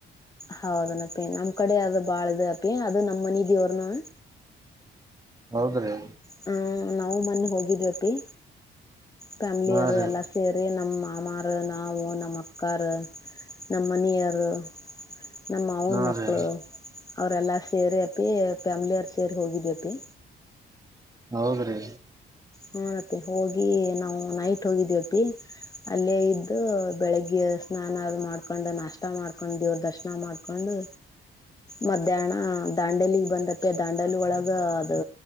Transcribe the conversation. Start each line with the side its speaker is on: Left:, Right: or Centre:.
Left: ಹೌದನಪ್ಪಿ ನಮ್ ಕಡೆ ಅದು ಬಾಳ ಇದು ಅಪ್ಪಿ ಅದು ನಮ್ಮನೀ ದೇವ್ರ್ನು
Right: ಹೌದ್ರಿ
Left: ಹ ನಾವು ಮನ್ನೆ ಹೋಗಿದ್ವಪ್ಪಿ, ಫ್ಯಾಮಿಲಿಯರು
Right: ಹಾ ರೀ
Left: ಎಲ್ಲ ಸೇರಿ ನಮ್ಮ ಮಾಮಾರು ನಾವು ನಮ್ ಅಕ್ಕಾರು, ನಮ್ ಮನಿಯಾರು ನಮ್ ಮಾವನ್
Right: ಹಾ
Left: ಮಕ್ಳು
Right: ರೀ
Left: ಅವರೆಲ್ಲ ಸೇರಿ ಅಪ್ಪಿ ಫ್ಯಾಮ್ಲಿಯ ಅವರು ಸೇರಿ ಹೋಗಿದ್ಯಪ್ಪಿ
Right: ಹೌದ್ರಿ
Left: ಹಾನ್ಪ್ಪಿ ಹೋಗಿ ನಾವು ನೈಟ್ ಹೋಗಿದ್ದೀವಪ್ಪಿ ಅಲ್ಲೇ ಇದ್ದು ಬೆಳಿಗ್ಗೆ ಸ್ನಾನ ಅದು ಮಾಡ್ಕೊಂಡು ನಾಷ್ಟ ಮಾಡ್ಕೊಂಡು ದೇವ್ರ ದರ್ಶನ ಮಾಡ್ಕೊಂಡು ಮಧ್ಯಾಹ್ನ ದಾಂಡೆಲಿಗ್ ಬಂದಪ್ಪ ದಾಂಡಲಿ ಒಳಗ ಅದು